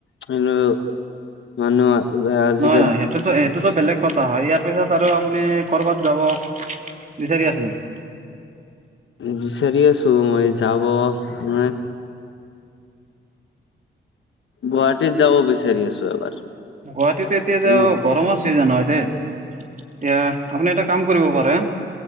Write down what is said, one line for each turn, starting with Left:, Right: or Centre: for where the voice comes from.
Left: কিন্তু মানুহ <unintelligible> আজি
Right: হয়-হয় সেইটোতো, সেইটোতো বেলেগ কথা হয়, ইয়াৰ পিছত আৰু আপুনি ক'ৰবাত যাব বিচাৰি আছে নেকি?
Left: বিচাৰি আছো মই যাব, মানে গুৱাহাটীত যাব বিচাৰি আছো এবাৰ।
Right: গুৱাহাটীত এতিয়া যাব
Left: ন
Right: গৰমত ছিজন হয় দেই, এতিয়া আপুনি এটা কাম কৰিব পাৰে